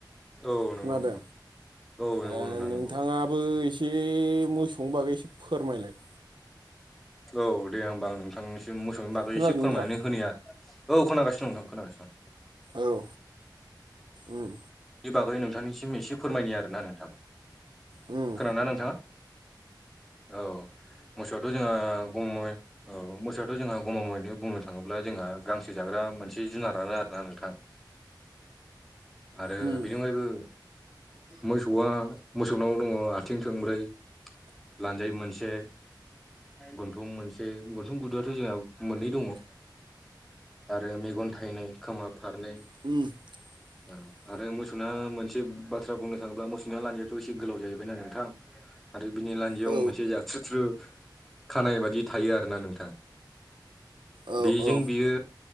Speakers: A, in the centre; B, on the right.
A: औ नंगौ
B: खोनादों
A: नोंथां औ नंगौ
B: ओ
A: नोंथां
B: नोंथाङा
A: नंगौ
B: बो एसे मोसौनि बागै एसे फोरमायलाय।
A: औ दे होमबा आं नोंथांनिसिम मोसौनि बागै
B: खोनादों
A: एसे
B: नोंथां
A: फोरमायनानै होनि ओरोना। औ खोनासिनो दं नोंथां खोनासिनो दं।
B: औ उम।
A: बे बागै नोंथांनिसिम एसे फोरमायनि आरोना नोंथां।
B: उम
A: खोना नोंथाङा? औ मोसौआथ' जोंहा गमामा औ मोसौआथ' जोंहा गमामैनो बुंनो थाङोब्ला जोंहा गांसो जाग्रा मोनसे जुनारानो आरोना नोंथां। आरो
B: उम
A: बिनि अनगायैबो मोसौआ मोसौनाव दङ आथिं थोंब्रै। लानजाइ मोनसे। गन्थं मोनसे गन्थं गुदुङाथ' जोंहा मोननै दङ। आरो मेगन थाइनै, खोमा फारनै।
B: <inaudible>
A: औ आरो मोसौना मोनसे बाथ्रा बुंनो थाङोब्ला मोसौनिया लान्जायाथ' एसे गोलाव जाहैबायना नोंथां। आरो बिनि लान्जायाव
B: औ
A: मोनसे जाबथ्रुथ्रु खानाय बादि थायो आरोना नोंथां।
B: औ
A: बेजों
B: औ
A: बियो